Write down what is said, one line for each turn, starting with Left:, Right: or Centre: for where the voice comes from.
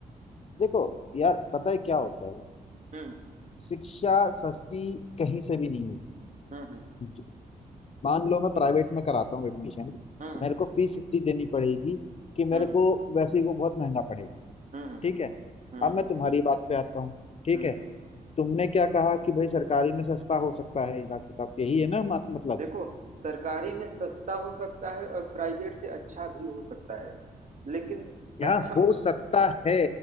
Left: देखो यार पता है क्या होता है
Right: हम्म
Left: शिक्षा सस्ती कहीं से भी नहीं
Right: हम्म
Left: होगी मान लो मैं प्राइवेट में कराता हूँ एडमिशन
Right: हम्म
Left: मेरे को फीस इतनी देनी पड़ेगी कि
Right: हम्म
Left: मेरे को वैसे ही वो बहुत महंगा पड़ेगा
Right: हम्म हम्म
Left: ठीक
Right: हम्म
Left: है
Right: हम्म
Left: अब
Right: हम्म
Left: मैं तुम्हारी बात पे आता हूँ ठीक
Right: हम्म
Left: है तुमने क्या कहा कि भाई सरकारी में सस्ता हो सकता है हिसाब किताब यही है ना मत- मतलब
Right: देखो सरकारी में सस्ता हो सकता है और प्राइवेट से अच्छा भी हो सकता है लेकिन
Left: यहाँ
Right: अच्छा
Left: हो सकता है